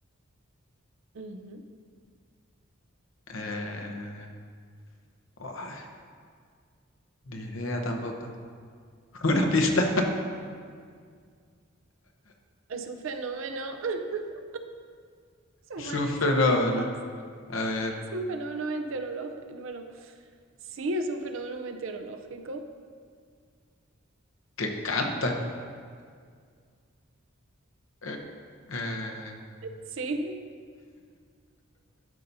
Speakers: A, on the right; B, on the left.
A: Ujú.
B: Eh, uah, ni idea tampoco. <laughs> Una pista.
A: Es un fenómeno, <laughs> son
B: Es
A: malísimas
B: un fenómeno.
A: todas.
B: A ver,
A: Es un fenómeno meteorológico. Bueno, sí, es un fenómeno meteorológico.
B: que canta. Eh, eh,
A: Sí,